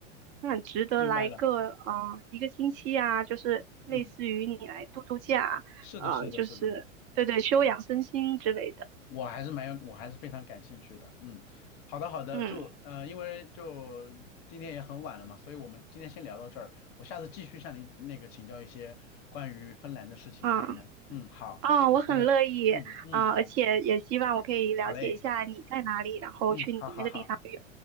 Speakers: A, on the right; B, on the left.
A: 很值得来个啊、
B: 明白了，
A: 呃一个星期啊，就是类似于你来度度假啊，
B: 嗯，是的，是的，
A: 呃，就是对对，
B: 是的。
A: 休养身心之类的，
B: 我还是蛮有，我还是非常感兴趣的。嗯，好的好的，
A: 嗯
B: 就呃，因为就今天也很晚了嘛，所以我们今天先聊到这儿。我下次继续向您那个请教一些关于芬兰的事情，
A: 啊。
B: 可以吗？嗯，好，
A: 啊，
B: 你真的，
A: 我很乐意啊，
B: 嗯嗯，
A: 而且也希望我可以了解一下你在哪里，
B: 好，好嘞，
A: 然后去你那个地方旅游。
B: 嗯，好好好，